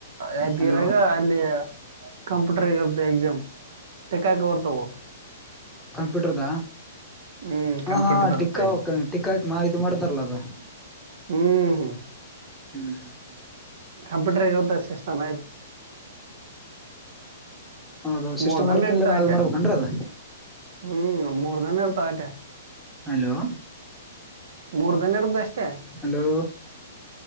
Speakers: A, on the right; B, in the centre.
A: ಯದಗಿರಾಗ
B: ಹಲೋ
A: ಅಲ್ಲಿ ಕಂಪ್ಯೂಟರ್ ಇರುತ್ತೆ ಎಕ್ಜಾಮ ಟಿಕ್ಕಾಕವು ಇರ್ತಾವು.
B: ಕಂಪ್ಯೂಟರ್ದ?
A: ಹ್ಮ್
B: ಹಾಂ
A: ಕಂಪ್ಯೂಟರ್
B: ಹಾಂ
A: ಇರುತ್ತೆ
B: ಟಿಕ್ಕಾವುಕ್
A: ಅಲ್ಲಿ
B: ಟಿಕ್ಕಾಕ್ ಇದ್ ಮಾಡ್ತಾರಲ್ಲಾ ಅದು.
A: ಹ್ಮ್ ಹ್ಮ್
B: ಹ್ಮ್ ಹ್ಮ್
A: ಕಂಪ್ಯೂಟರ್ ಇರುತ್ತೆ ಸಿಸ್ಟಮ್ ಆಯ್ತ್.
B: ಹೌದ ಸಿಸ್ಟಮ್
A: ಮೂರ್ ದನ
B: ವರ್ಕ್
A: ಇರ್ತಾವ
B: ಇಂದ್ಲೆ ಅ
A: ಆಟ
B: ಇದ್ ಮಾಡ್ಬೇಕನ್ರಿ ಅದ?
A: ಹ್ಮ್ ಮೂರ್ ದಿನ ಇರ್ತ ಆಯತೆೆ.
B: ಹಲೋ
A: ಮೂರ್ ದಿನ ಇರದ್ ಅಷ್ಟೇ
B: ಹಲೋ